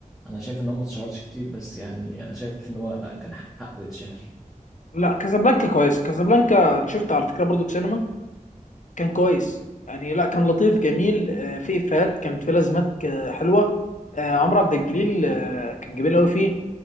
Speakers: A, in the centre; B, on the left (about 60°).
A: انا شايف ان هو ما اتشهرش كتير بس يعني انا شايف ان هو كان حقه يتشهر
B: لا كازابلانكا كويس كازابلانكا انا شفته على فكره برضو في سينما كان كويس يعني لا كان لطيف جميل آه، في افيهات كانت في لازمات آه، حلوه آه، عمرو عبد الجليل آه، كان جميل قوي فيه